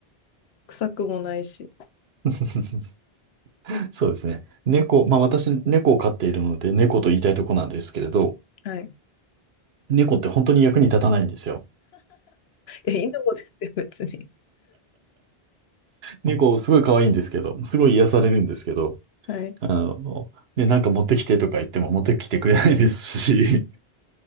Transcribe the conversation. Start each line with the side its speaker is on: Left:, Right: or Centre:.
Left: 臭くもないし、
Right: <laughs> そうですね。猫、まあ私、猫を飼っているので、猫と言いたいとこなんですけれど、
Left: はい。い
Right: 猫って本当に役に立たないんですよ。
Left: や、犬もですよ、別に。
Right: 猫、すごい可愛いんですけど、すごい癒されるんですけど、
Left: はい。
Right: あの、で、なんか持ってきてとか言っても持ってきてくれないですし、